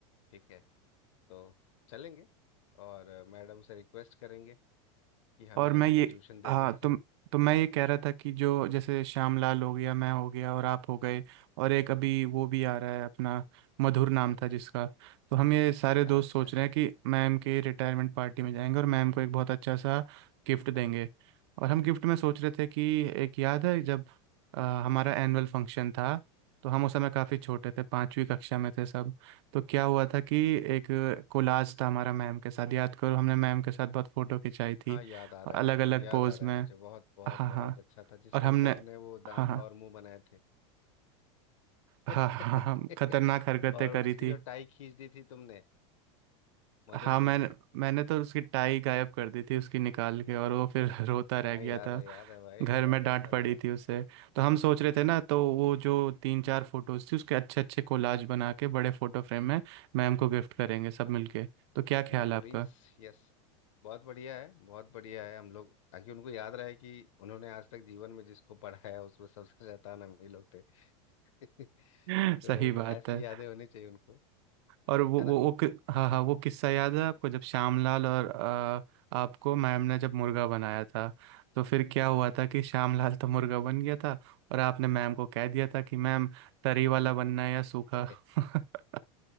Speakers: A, on the left; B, on the right.
A: ठीक है तो चलेंगे और मैडम से रिक्वेस्ट करेंगे कि हमें
B: और मैं
A: एक
B: ये
A: दो ट्यूशन दे
B: हाँ
A: दें
B: तो तो मैं ये कह रहा था कि जो
A: <laughs>
B: जैसे श्यामलाल हो गया मैं हो गया और आप हो गए और एक अभी वो भी आ रहा है अपना मधुर नाम था जिसका तो हम ये सारे दोस्त
A: अच्छा
B: सोच
A: अच्छा
B: रहे हैं कि मैम के रिटायरमेंट पार्टी में जाएंगे और मैम को एक बहुत अच्छा सा गिफ्ट देंगे और हम गिफ्ट में सोच रहे थे कि एक याद है जब अ, हमारा एनुअल फंक्शन था तो हम उस समय काफ़ी छोटे थे पांचवी कक्षा में थे सब तो क्या हुआ था कि एक कोलाज था हमारा मैम के साथ याद करो हमने मैम के साथ बहुत फ़ोटो खिंचाई थी
A: हाँ याद आ रहा
B: अलग
A: है मुझे
B: अलग
A: याद
B: पोज
A: आ रहा
B: में
A: है मुझे बहुत बहुत
B: हाँ
A: बहुत
B: हाँ
A: अच्छा था जिसमें
B: और हमने
A: सबने वो दांत
B: हाँ हाँ
A: और मुंह बनाए थे <laughs>
B: हाँ हाँ हाँ खतरनाक हरकतें
A: और
B: करी
A: उसकी
B: थी
A: जो टाई खींच दी थी तुमने मधुर
B: हाँ मैंने
A: की
B: मैंने तो उसकी टाई गायब कर दी थी उसकी निकाल के और वो फिर <laughs> रोता रह
A: हाँ
B: गया
A: याद
B: था
A: है याद है भाई
B: घर
A: याद
B: में डांट
A: है सब
B: पड़ी
A: याद
B: थी
A: है
B: उसे तो हम सोच रहे थे ना तो वो जो तीन चार फोटोज थी उसके अच्छे अच्छे कोलाज बना के बड़े फोटो फ्रेम में मैम को गिफ्ट करेंगे सब मिलके तो क्या ख्याल
A: मेमोरीज
B: है आपका
A: यस बहुत बढ़िया है बहुत बढ़िया है हम लोग ताकि उनको याद रहे कि उन्होंने आज तक जीवन में जिसको पढ़ाया उसमें सबसे शैतान हम ही लोग थे <laughs>
B: <laughs>
A: तो
B: सही बात
A: ऐसी
B: है
A: यादें होनी चाहिए उनको
B: और वो
A: है
B: वो
A: ना
B: वो कि- हाँ हाँ वो किस्सा याद है आपको जब श्यामलाल और अ, आपको मैम ने जब मुर्गा बनाया था तो फिर क्या हुआ था कि श्यामलाल तो मुर्गा बन गया था और आपने मैम को कह दिया था कि मैम तरी वाला बनना है या सूखा
A: <laughs>
B: <laughs>